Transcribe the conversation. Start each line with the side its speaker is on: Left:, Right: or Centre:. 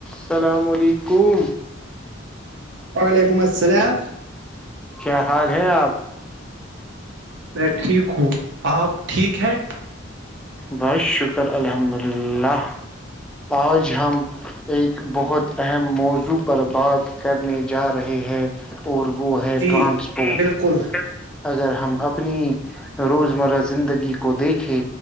Centre: السلام علیکم
Right: وعلیکم السلام
Centre: کیا حال ہے آپ
Right: نہیں ٹھیک ہوں آپ ٹھیک ہے
Centre: بس شکر الحمد للہ آج ہم ایک بہت اہم موضوع پر بات کرنے جا رہے ہیں اور وہ ہے
Right: جی
Centre: ٹرانسپورٹ
Right: بالکل
Centre: اگر ہم اپنی روزمرہ زندگی کو دیکھے